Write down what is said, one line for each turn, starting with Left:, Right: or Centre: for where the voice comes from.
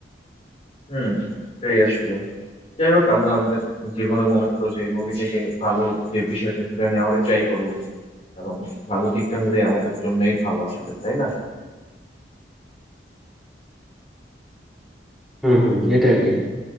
Left: হুম এটাই আসলে যাই হোক আমরা আমাদের জীবনে মনে করো যে মুভি থেকে ভালো যে বিষয়টা সেটা নেওয়ার ট্রাই করবো কারণ ভালো দিকটা হলে আমাদের জন্যই ভালো আসলে তাই না
Centre: হম হম এটা আর কি